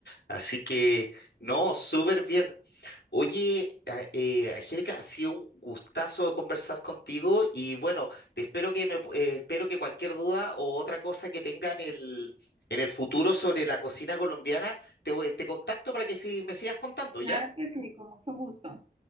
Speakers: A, on the left; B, on the right.
A: Así que, no, súper bien. Oye, a- eh, Angélica, ha sido un gustazo conversar contigo y bueno, te espero que me, pu- eh, espero que cualquier duda o otra cosa que tenga en el, en el futuro sobre la cocina colombiana, te, voy- te contacto para que si me sigas contando, ¿ya?
B: Claro que sí, con mucho gusto.